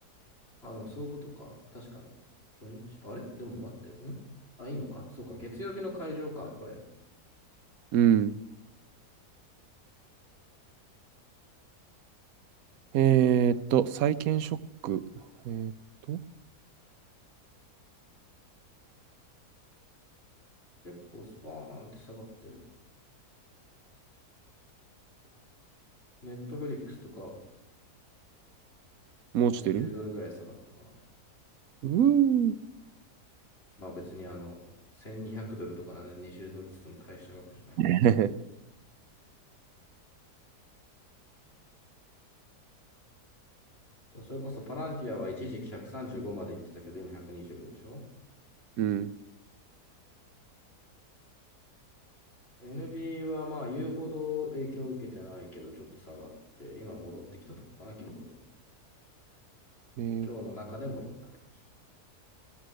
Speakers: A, on the left; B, on the right.
A: あ、でもそういうことか。確かに。土日、あれでも待って、んあ、いいのか。そうか、月曜日の会場か、これ。
B: うん。えーっと、債券ショック。えーっと、
A: 結構スポーンって下がってる。ネットフリックスとか
B: もう落ちてる
A: 20ドルぐらい下がったかな。
B: うーん。
A: まあ別にあの、1200ドルとかなんで20ドルって言っても大した額じゃないんだけど。
B: <laughs>
A: それこそパランティアは一時期135まで行ってたけど、今125でしょ
B: うん。
A: ?NB はまあ言うほど影響を受けてないけど、ちょっと下がって、今戻ってきたとこかな、今日で。
B: えー
A: 今日の中で戻った感じ。